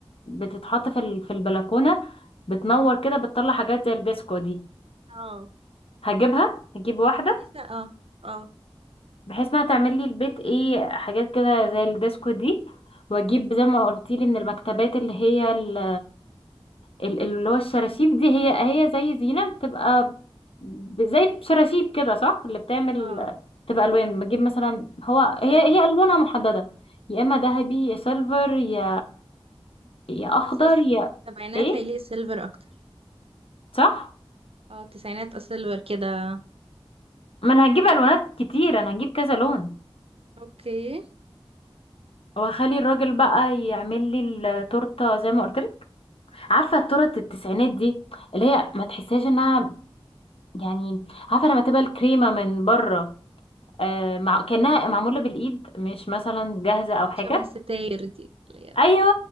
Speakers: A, on the left; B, on the right.
A: بتتحط في ال... في البلكونه بتنور كده بتطلع حاجات زي الديسكو دي
B: اه
A: هجيبها هجيب واحده
B: دي س- اه اه
A: بحيث انها تعمل لي البيت ايه حاجات كده زي الديسكو دي واجيب زي ما قلتي لي من المكتبات اللي هي ال- اللي هو الشراشيب دي هي هي زي زينة بتبقى ب- زي شراشيب كده صح اللي بتعمل
B: اه
A: بتبقى ألوان بتجيب مثلا هو
B: سيلفر
A: هي هي ألوانها محددة يا إما ذهبي يا سيلفر يا يا أخضر
B: حاسة
A: يا
B: السبعينات
A: إيه
B: هيليق سيلفر اكتر
A: صح
B: اه التسعينات سيلفر كده
A: ما أنا هجيب ألوانات كتير أنا هجيب كذا لون
B: اوكي
A: وهخلي الراجل بقى يعمل لي التورته زي ما قلت لك عارفه التورت التسعينات دي اللي هي ما تحسهاش انها يعني عارفه لما تبقى الكريمه من بره آه، مع كأنها معمولة بالإيد مش مثلا جاهزة أو حاجة
B: آه، شبه الستاير دي اللي هي
A: أيوه